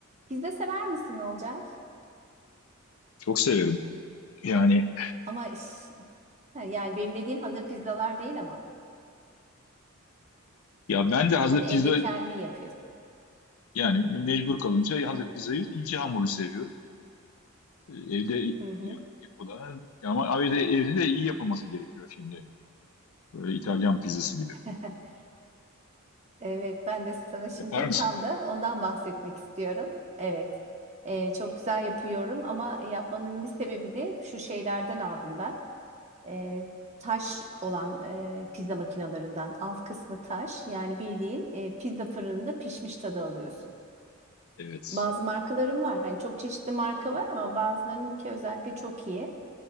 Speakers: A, on the right (about 30°); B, on the left (about 75°).
A: Pizza sever misin Olcay?
B: Çok severim. Yani
A: Ama iş- ha, yani benim dediğim hazır pizzalar değil ama
B: ya ben de hazır
A: hani evde
B: pizza
A: kendin yapıyorsun.
B: yani mecbur kalınca
A: Hı hı.
B: hazır pizzayı ince hamurlu seviyorum. Ee, Evde
A: Hı hı.
B: yap- yapılan ama evde, evde de iyi yapılması gerekiyor şimdi. Böyle İtalyan pizzası gibi.
A: <laughs> Evet, ben de sana şimdi
B: Yapar mısın?
A: tam da ondan bahsetmek istiyorum. Evet, Ee, çok güzel yapıyorum ama yapmamın bir sebebi de şu şeylerden aldım ben. Ee, taş olan e, pizza makinalarından alt kısmı taş yani bildiğin e, pizza fırınında pişmiş tadı alıyorsun.
B: Evet.
A: Bazı markalarım var hani çok çeşitli marka var ama bazılarınınki özellikle çok iyi.